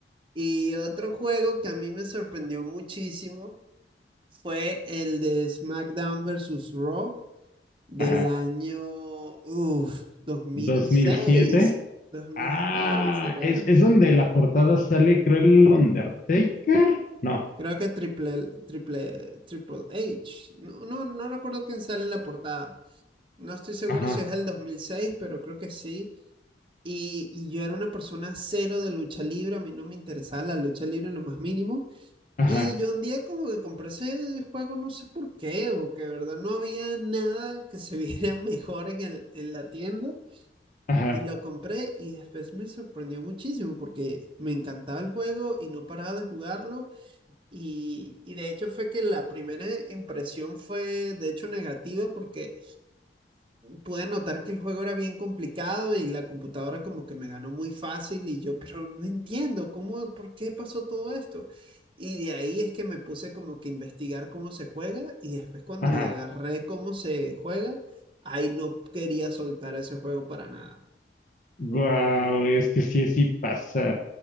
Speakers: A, on the right; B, on the left.
A: y otro juego que a mí me sorprendió muchísimo fue el de SmackDown versus Raw del
B: Ajá.
A: año, uff, 2006,
B: ¿dos mil siete
A: 2006,
B: Ah,
A: ¿será?
B: es, es donde la portada sale, creo, el Undertaker. No.
A: Creo que Triple, Triple, Triple H. No, no, no recuerdo quién sale en la portada. No estoy seguro
B: Ajá,
A: si es el 2006, pero creo que sí. Y, y yo era una persona cero de lucha libre, a mí no me interesaba la lucha libre en lo más mínimo.
B: ajá,
A: Y yo un día como que compré ese juego, no sé por qué, porque de verdad no había nada que se viera <laughs> mejor en el- en la tienda.
B: ajá,
A: Y lo compré y después me sorprendió muchísimo porque me encantaba el juego y no paraba de jugarlo. Y, y de hecho fue que la primera impresión fue de hecho negativa porque pude notar que el juego era bien complicado y la computadora como que me ganó muy fácil y yo, pero no entiendo cómo, por qué pasó todo esto. Y de ahí es que me puse como que a investigar cómo se juega y después cuando
B: ajá.
A: le agarré cómo se juega, ahí no quería soltar ese juego para nada.
B: Wow, es que sí, sí pasa.